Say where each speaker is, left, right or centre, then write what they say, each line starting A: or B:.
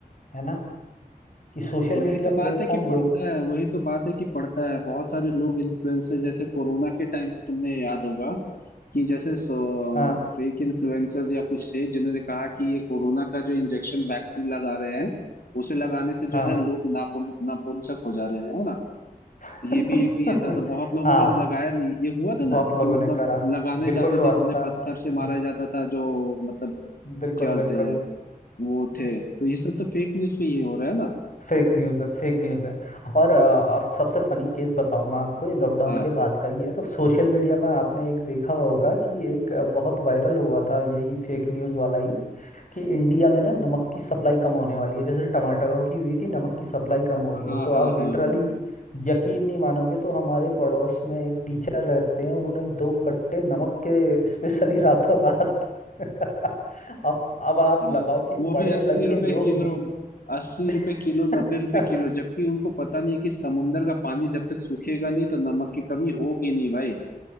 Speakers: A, on the left; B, on the left.
A: है ना कि सोशल
B: वही
A: मीडिया
B: तो
A: प्लेटफॉर्म
B: बात है कि पड़ता
A: लोग
B: है वही तो बात है कि पड़ता है बहुत सारे लोग इन्फ्लुएंसर जैसे कोरोना के टाइम पे तुमने याद होगा कि जैसे
A: हाँ
B: फेक इन्फ्लुएंसर्स या कुछ थे जिन्होंने कहा कि ये कोरोना का जो इंजेक्शन वैक्सीन लगा रहे हैं उसे लगाने से
A: हाँ
B: जो है लोग नापुं नापुंसक हो जा रहे हैं है ना
A: <laughs>
B: ये भी एक ये था तो बहुत लोगों
A: हाँ
B: ने लगाया नहीं ये हुआ था ना
A: बहुत लोगों
B: कि मतलब
A: ने करा
B: लगाने
A: बिल्कुल
B: जाते
A: हुआ
B: थे तो उन्हें
A: था
B: पत्थर से
A: हम्म,
B: मारा जाता था जो मतलब
A: बिल्कुल
B: क्या बोलते
A: बिल्कुल
B: हैं वो थे तो ये सब तो फेक न्यूज पे ये हो रहा है ना
A: फेक न्यूज़ है फेक न्यूज़ है और अ, सबसे फनी केस बताऊं मैं आपको ये लॉकडाउन
B: हाँ
A: के बाद का ही है तो सोशल मीडिया में आपने एक देखा होगा कि एक अ, बहुत वायरल हुआ था यही फेक न्यूज़ वाला ही कि इंडिया में ना नमक की सप्लाई कम होने वाली है जैसे टमाटरों की हुई थी नमक की सप्लाई कम
B: हाँ
A: हो रही
B: हाँ
A: है तो
B: हाँ
A: आप
B: हाँ
A: लिटरली
B: हाँ
A: यकीन नहीं मानोगे तो हमारे पड़ोस में एक टीचर रहते हैं उन्होंने दो कट्टे नमक के स्पेशली रातों रात <laughs> अब अब आप
B: हाँ,
A: लगाओ कि
B: वो
A: पढ़े
B: भी अस्सी
A: लिखे
B: रुपए
A: लोग
B: किलो
A: भी
B: अस्सी
A: <laughs>
B: रुपए किलो नब्बे रुपए किलो जबकि उनको पता नहीं कि समुंदर का पानी जब तक सूखेगा नहीं तो नमक की कमी होगी नहीं भाई